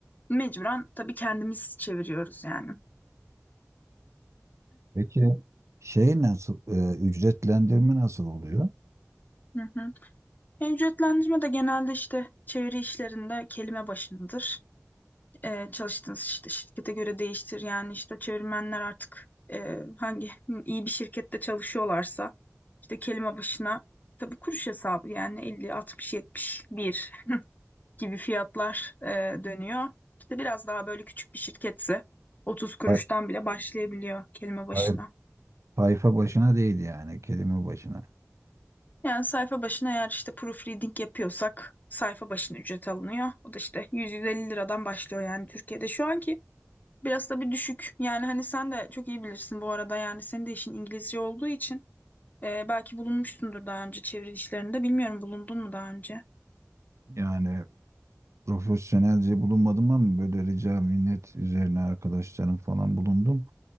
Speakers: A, on the left; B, on the right.
A: mecburen tabii kendimiz çeviriyoruz yani.
B: Peki şey nasıl e, ücretlendirme nasıl oluyor?
A: Hı hı. E, ücretlendirme de genelde işte çeviri işlerinde kelime başınadır. e, çalıştığınız işte şirkete göre değiştir. Yani işte çevirmenler artık e, hangi iyi bir şirkette çalışıyorlarsa işte kelime başına tabii kuruş hesabı yani elli, altmış, yetmiş, bir gibi fiyatlar e, dönüyor. İşte biraz daha böyle küçük bir şirketse 30 kuruştan
B: Say-
A: bile başlayabiliyor kelime başına.
B: say- Sayfa başına değil yani kelime başına.
A: Yani sayfa başına eğer işte proofreading yapıyorsak sayfa başına ücret alınıyor. O da işte 100-150 liradan başlıyor yani Türkiye'de. Şu anki Biraz da bir düşük. Yani hani sen de çok iyi bilirsin bu arada. Yani senin de işin İngilizce olduğu için e, belki bulunmuşsundur daha önce çeviri işlerinde. Bilmiyorum bulundun mu daha önce?
B: Yani profesyonelce bulunmadım ama böyle rica minnet üzerine arkadaşlarım falan bulundum.